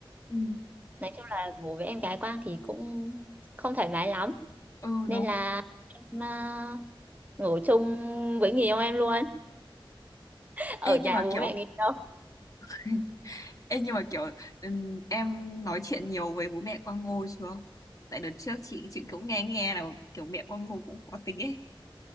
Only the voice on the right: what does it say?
nói chung là ngủ với em gái Quang thì cũng không thoải mái lắm
nên
là em à, ngủ chung với người yêu em luôn <laughs> ở
nhà
bố
mẹ người yêu